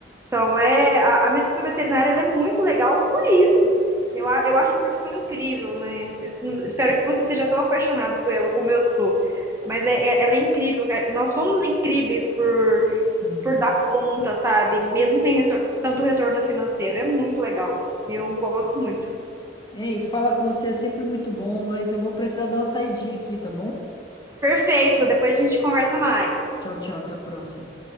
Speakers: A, on the right; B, on the left.
A: Então, é, a, a medicina veterinária ela é muito legal por isso. Eu, a- eu acho uma profissão incrível, né? Eu espero que você seja tão apaixonado por ela como eu sou. Mas é, é- ela é incrível. cara. Nós somos incríveis por,
B: Sim.
A: por dar conta, sabe? Mesmo sem retor- tanto retorno financeiro. É muito legal. Eu gosto muito.
B: Ei, falar com você é sempre muito bom, mas eu vou precisar dar uma saidinha aqui, tá bom?
A: Perfeito, depois a gente conversa mais.
B: Tchau, tchau, até a próxima.